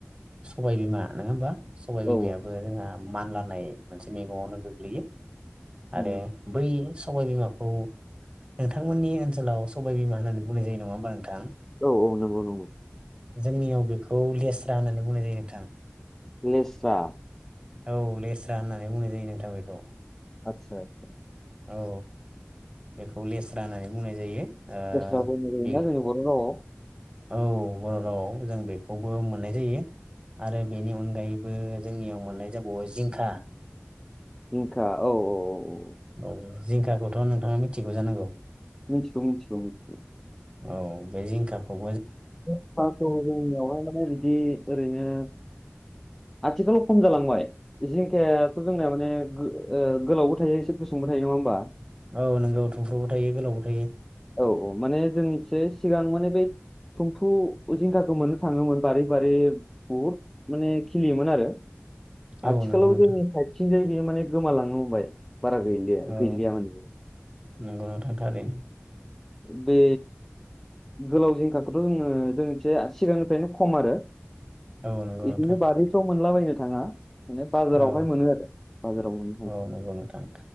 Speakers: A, on the right; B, in the centre.
A: सबायबिमा नङाहोमबा? सबाय
B: औ
A: बिमायाबो जोंहा मानलानाय मोनसे मैगङावनो गोग्लैयो आरो
B: नंगौ।
A: बै सबायबिमाखौ नोंथांमोननि ओनसोलाव सबाय बिमा होननानै बुंनाय जायो नङा होमबा नोंथां
B: औ औ नंगौ नंगौ
A: जोंनियाव बेखौ लेस्रा होननानै बुंनाय जायो नोंथां
B: लेस्रा
A: औ लेस्रा होननानै बुंनाय जायो नोंथां बेखौ
B: आतसा आतसा
A: औ बेखौ लेस्रा होननानै बुंनाय जायो। ओ
B: लेस्रा बुंनाय जायोना
A: बे
B: जोंनि बर' रावआव
A: औ बर' रावआव जों बेखौबो मोननाय जायो आरो बेनि अनगायैबो जोंनियाव मोननाय जाबावो जिंखा
B: जिंखा औ औ
A: औ जिंखाखौथ' नोंथाङा मिथिगौ जानांगौ
B: मिथिगौ मिथिगौ मिथिगौ
A: औ बे जिंखाखौ
B: जिंखाखौ जोंनियावहाय माने बिदि ओरैनो आथिखालाव खम जालांबाय जिंखायाथ जोंनाया माने ओ गोलावबो थायो एसे गुसुंबो थायो थायो नङा होनबा?
A: औ नोंगौ थुमफ्रुबो थायो गोलावबो थायो
B: औ औ माने जोंनिखिजाय सिगां माने बै थुमफ्रु जिंखाखौ मोननो थाङोमोन बारै बारै बहुद माने खिलियोमोन आरो
A: औ
B: आथिखालाव
A: नंगौ नोंथां
B: जोंनि साइथिंजाय बे माने गोमालांनो हमबाय बारा गैलिया
A: औ
B: गैलिया माने इयो
A: नंगौ नोंथां थारैनो
B: बे गोलाव जिंखाखौथ' जोङो जोंनिखिजाय सिगांनिफ्रायनो खम आरो
A: औ नंगौ
B: बिदिनो
A: नोंथां
B: बारिफ्राव मोनलाबायनो थाङा माने बाजारावहाय
A: औ
B: मोनो आरो बाजाराव मोननो थाङो
A: औ नंगौ नोंथां